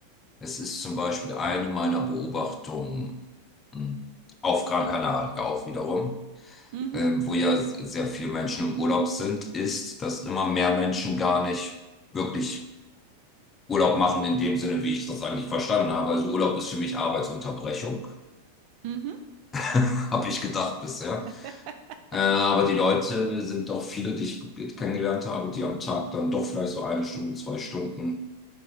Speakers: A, on the left; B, on the right.
A: Es ist zum Beispiel eine meiner Beobachtungen hm, auf Gran Canaria ja auch wiederum,
B: Mhm.
A: ähm, wo ja s- sehr viele Menschen im Urlaub sind, ist, dass immer mehr Menschen gar nicht wirklich Urlaub machen in dem Sinne, wie ich das eigentlich verstanden habe. Also Urlaub ist für mich Arbeitsunterbrechung,
B: Mhm.
A: <laughs> habe ich gedacht bisher.
B: <laughs>
A: Äh, aber die Leute sind doch viele, die ich kennengelernt habe, die am Tag dann doch vielleicht so eine Stunde, zwei Stunden